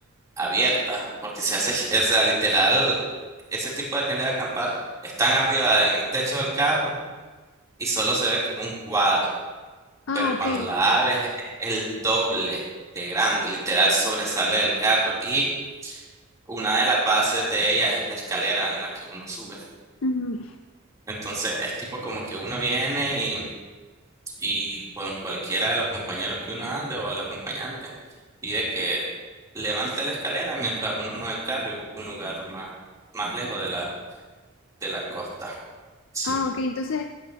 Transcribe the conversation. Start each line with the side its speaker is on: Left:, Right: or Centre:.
Right: abiertas, porque se hace, o sea, literal, ese tipo de tiendas de acampar están arriba en el techo del carro y solo se ve como un cuadro.
Left: Ah,
Right: pero
Left: ok.
Right: cuando la abres es el doble de grande, literal sobresale del carro y una de las bases de ella es la escalera en la que uno sube.
Left: Ujú.
Right: Entonces es tipo como que uno viene y, y con cualquiera de los compañeros que uno ande o el acompañante pide que levante la escalera mientras uno mueve el carro y busca un lugar más, más lejos de la, de la costa. Sí.
Left: Ah, ok, entonces